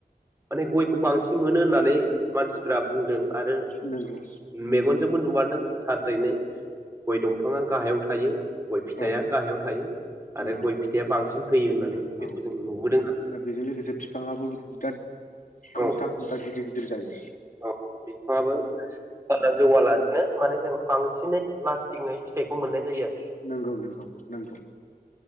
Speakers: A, on the right; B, on the left.
A: माने गयखौ बांसिन मोनो होननानै मानसिफ्रा बुंदों। आरो
B: नंगौ
A: मेगन जोंबो नुमारदों था रैनो दंफांआ गाहायाव थायो । गय फिथाइया
B: औ
A: गाहायाव थायो आरो
B: नंगौ
A: गय फिथाइया बांसिन होयो होननानै बेखौ
B: औ आरो
A: जों नुबोदों
B: बेजों लोगोसे बिफांङाबो बिराद
A: औ
B: खोमथा खोमथा गिदिर गिदिर दिर जायो ।
A: औ बिफाङाबो बारा जौवालासिनो माने जों बांसिनै लास्टिङै फिथाइ खौ मोननाय जायो आरो ।
B: नंगौ नंगौ नंगौ